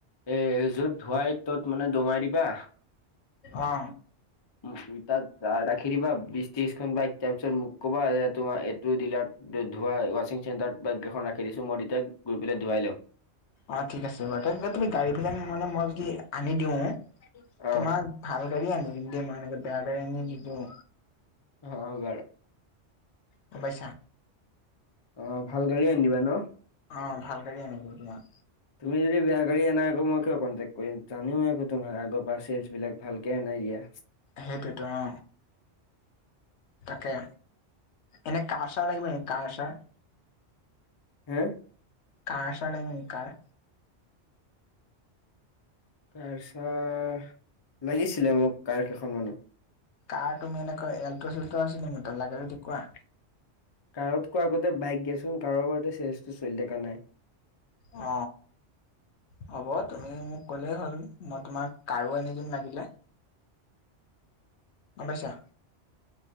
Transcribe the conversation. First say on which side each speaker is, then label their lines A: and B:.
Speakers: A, on the left; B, on the left.
A: এ এ যত ধোৱাই তত্‌ মানে দমাই দিবা।
B: অঁ।
A: উম, তাত ৰা-ৰাখি দিবা, বিশ-ত্ৰিশখন বাইক। তাৰপিছত মোক কবা। তোমাৰ এত তোৰ ডিলাৰত, ধোৱা, ৱা্ছিং চেণ্টাৰত বাইক কেইখন ৰাখি দিছোঁ। মই এতিয়াই গৈ পেলাই ধোৱাই ল'ম।
B: অঁ, ঠিক আছে বাৰু। তে তুমি গাড়ী বিলাক মানে, মই যদি আনি দিওঁ
A: অ',
B: তোমাক ভাল গাড়ী আনি দিম দেই। মই এনেকে বেয়া গাড়ী আনি নিদিওঁ।
A: <unintelligible>
B: গম পাইছা?
A: অ, ভাল গাড়ী আনি দিবা ন?
B: অঁ ভাল গাড়ী আনি দিম তোমাক।
A: তুমি যদি বেয়া গাড়ী আনা আকৌ মই কিয় কনটেক্ কৰিম। জানিও <unintelligible> তোমাৰ আগৰ পৰা চেলচ বিলাক ভালকে আনাই দিয়া।
B: সেইটোৱেতো অ। তাকে, এনে কা চাৰ লাগিব নেকি? কাৰ চাৰ?
A: হে?
B: কাৰ চাৰ লাগিব নেকি, কাৰ?
A: কাৰ ছাৰ লাগিছিলে মোক কাৰ কেইখনমানো।
B: কাৰ তুমি এনেকৈ এল্ট সেলট' আছিলে মোৰ তাত। লাগে যদি কোৱা?
A: কাৰতকৈ আগতে বাইক দিয়াচোন। কাৰৰ বাৰতে চেজটো চলি থাকা নাই।
B: আ। হ'ব, তুমি মোক কলেই হ'ল মই তোমাৰ কাৰো আনি দিম লাগিলে। গম পাইছা?